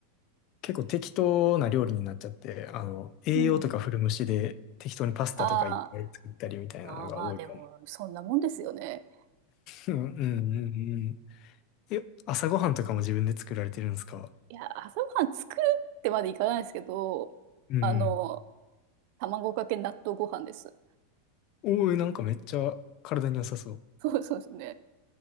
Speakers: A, on the left (about 40°); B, on the right (about 55°).
A: 結構適当な料理になっちゃって、あの、栄養とか古虫で適当にパスタとかいっぱい作ったりみたいなのが多いから。
B: うん。んああ、まあまあ、でも、
A: <laughs>
B: そんなもんですよね。
A: うんうんうんうん。え、朝ごはんとかも自分で作られてるんですか
B: いや、朝ごはん作るってまでいかないですけど、
A: うん。
B: あの、卵かけ納豆ご飯です。
A: おー、なんかめっちゃ体に良さそ
B: そうそうですね。